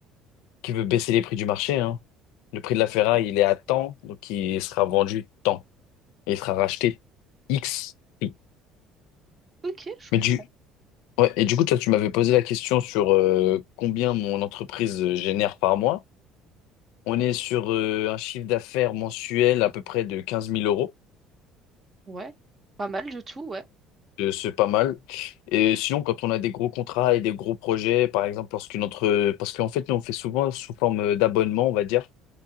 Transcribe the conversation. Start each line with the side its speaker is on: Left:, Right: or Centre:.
Left: qui veut baisser les prix du marché, hein. Le prix de la ferraille,
Right: Bon.
Left: il est à tant donc il sera vendu tant. Et il sera racheté X prix.
Right: Ok, je comprends.
Left: Mais du. Ouais, et du coup, toi, tu m'avais posé la question sur euh, combien mon entreprise euh, génère par mois. On est sur euh, un chiffre d'affaires mensuel à peu près de quinze mille euros.
Right: Ouais. Pas mal du tout, ouais.
Left: Euh, C'est pas mal. Et sinon, quand on a des gros contrats et des gros projets, par exemple, lorsqu'une entre... parce qu'en fait, nous, on fait souvent sous forme d'abonnement, on va dire.